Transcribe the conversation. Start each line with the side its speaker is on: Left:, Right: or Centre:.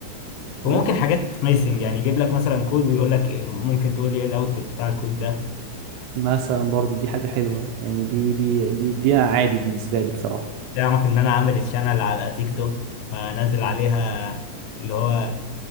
Left: وممكن
Right: ولا انت
Left: حاجات سمايسنج يعني يجيب لك مثلا كود ويقول لك إيه- ممكن تقول لي ايه الاوتبوت بتاع الكود ده
Right: مثلا برضو دي حاجة حلوة يعني دي دي دي, دي أنا عادي بالنسبة لي بصراحة
Left: تعرف ان انا عامل الشانل على تيك توك بنزل عليها اللي هو